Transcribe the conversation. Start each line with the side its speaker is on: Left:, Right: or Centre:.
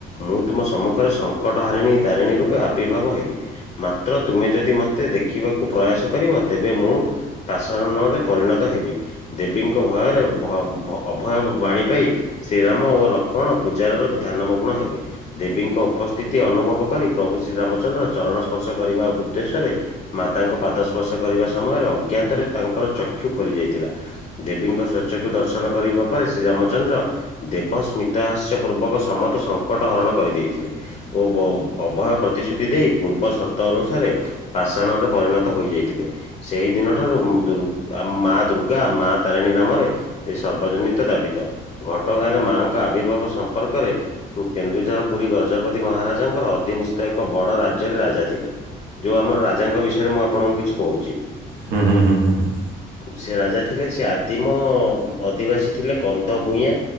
Left: ମୁଁ ତୁମ ସମ୍ମୁଖରେ ସଙ୍କଟ ହାରିଣୀ ତାରିଣୀ ରୂପେ ଆବିର୍ଭାବ ହେବି। ମାତ୍ର ତୁମେ ଯଦି ମ ତେ ଦେଖିବାକୁ ପ୍ରୟାସ କରିବ, ତେବେ ମୁଁ ପାସାରଣରେ ପରିଣତ ହେବି। ଦେବୀଙ୍କ ଭୟରେ ଭ ଭ ଅଭୟ ବାଣୀ ପାଇ। ଶ୍ରୀରାମ ଓ ଲକ୍ଷ୍ମଣ ପୂଜାର ରେ ଧ୍ୟାନମଗ୍ନ ହେଲେ। ଦେବୀଙ୍କ ଉପସ୍ଥିତି ଅନୁଭବ କରି, ପ୍ରଭୁ ଶ୍ରୀରାମଚନ୍ଦ୍ର ଚରଣ ସ୍ପର୍ଶ କରିବା ଉଦ୍ଦେଶ୍ୟରେ। ମାତାଙ୍କ ପାଦ ସ୍ପର୍ଶ କରିବା ସମୟରେ ଅଜ୍ଞାତରେ ତାଙ୍କର ଚକ୍ଷୁ ଖୋଲି ଯାଇଥିଲା। ଦେବୀଙ୍କ ସ୍ଵ ଚକ୍ଷୁ ଦର୍ଶନ କରିବା ପରେ ଶ୍ରୀ ରାମଚନ୍ଦ୍ର। ଦେବ ସ୍ମତାହାସ୍ୟ ପୂର୍ବକ ସମତ ସଙ୍କଟ ହରଣ କରିଦେଇଥିଲେ। ଓ ବ ଅଭୟ ପ୍ରତିଶ୍ରୁତି ଦେଇ ପୂର୍ବ ସର୍ତ ଅନୁସାରେ। ପାଷାଣରେ ପରିଣତ ହୋଇଯାଇଥିଲେ। ସେଇ ଦିନ ଠାରୁ ଦୁର୍ ଆମ ମା ଦୁର୍ଗା ମା ତାରିଣୀ ନାମରେ। ଏ ସର୍ବଜନିତ ଦାବିତ, ଘଟଗାଁ ରେ ମାଙ୍କ ଆବିର୍ଭାବ ସମ୍ପର୍କରେ। ଉଁ କେନ୍ଦୁଝର ପୁରୀ ଗଜପତି ମହାରାଜଙ୍କର ଅଧିନିଷ୍ଠ ଏକ ବଡ ରାଜ୍ୟରେ ରାଜା ଥିଲେ। ଯୋଉ ଆମର ରାଜାଙ୍କ ବିଷୟରେ ମୁଁ ଆପଣଙ୍କୁ କିଛି କହୁଛି।
Right: ହୁଁ ହୁଁ ହୁଁ ହୁଁ ହୁଁ।
Left: ସେ ରାଜା ଥିଲେ ସେ ଆଦିମ ଅଧିବାସୀ ଥିଲେ କନ୍ଧ ଭୂୟାଁ।